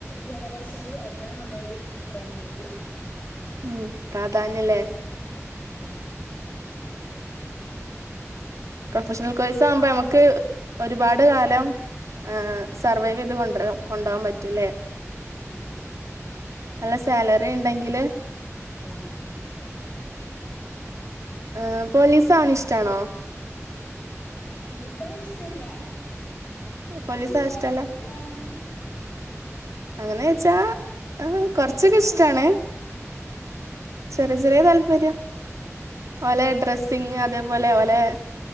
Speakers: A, on the left; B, on the right.
A: ജനറേഷനിൽ അതിനാണ് ഒനുടെ ട്രെൻഡ്
B: ഉം പ്രാധാന്യല്ലേ
A: ആഹാ മ്
B: പ്രൊഫഷണൽ കോഴ്സആകുമ്പോ നമുക്ക് ഒരുപാട് കാലം ആഹ് സർവൈവെയ്ത് കൊണ്ട്ര കൊണ്ടോആൻ പറ്റുല്ലെ
A: ഉം ഉം
B: അല്ല സാലറിണ്ടെങ്കില്
A: ആഹ് ആഹ്
B: ഹ് പോലീസാവണെ ഇഷ്ടാണോ?
A: <unintelligible> ഇഷ്ടല്ല
B: പോലീസ്
A: അൻകിഷ്ട്ടാണോ
B: ആവാൻ ഇഷ്ടല്ല
A: പോലീസാവ്ന്നെ
B: അങ്ങനെച്ചാ ആ കൊർച്ചൊക്കെ ഇഷ്ടാണ് ചെറിയ ചെറിയ താല്പര്യം ഓലെ ഡ്ര പിന്നെ അതേപോലെ ഓലെ